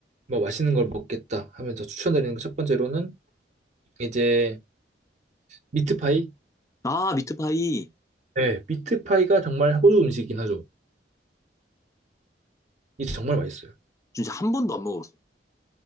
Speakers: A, on the right; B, on the left.
A: 뭐 맛있는 걸 먹겠다 하면 저 추천드리는 거 첫 번째로는 이제 미트파이
B: 아, 미트파이
A: 네, 미트파이가 정말 호주 음식이긴 하죠. 이게 정말 맛있어요.
B: 진짜 한 번도 안 먹어봤어요.